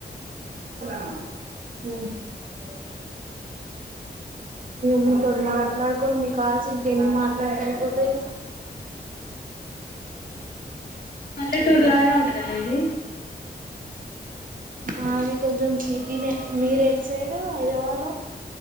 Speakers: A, on the right; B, on the left.
A: <unintelligible> <unintelligible> నవ్వు మాటలకోనీ కాల్స్ ఇంకా ఎన్ని మాట్లాడితే అయిపోతాయి.
B: పల్లెటూరు
A: హలో
B: లానే ఉంటదా మీది
A: మాది కొంచం సిటీనే మీర్ ఎటు సైడూ హైదరాబాద్ లో